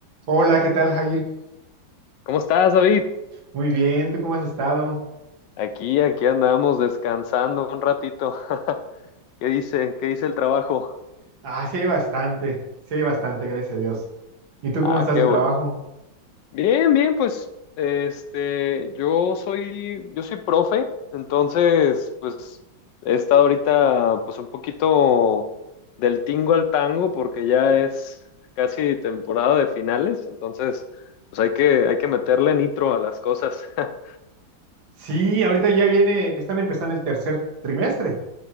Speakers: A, on the right; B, on the left.
A: Hola, ¿qué tal, Jair?
B: ¿Cómo estás, David?
A: Muy bien, ¿tú cómo has estado?
B: Aquí, aquí andamos descansando un ratito. <laughs> ¿Qué dice? ¿Qué dice el trabajo?
A: Ah, sí hay bastante, sí hay bastante, gracias a Dios. ¿Y tú
B: Ah,
A: cómo estás
B: qué
A: de
B: bueno.
A: trabajo?
B: Bien, bien, pues, este, yo soy, yo soy profe, entonces, pues, he estado ahorita, pues, un poquito del tingo al tango, porque ya es casi temporada de finales, entonces, pues, hay que, hay que meterle nitro a las cosas. <laughs>
A: Sí, ahorita ya viene, están empezando el tercer trimestre.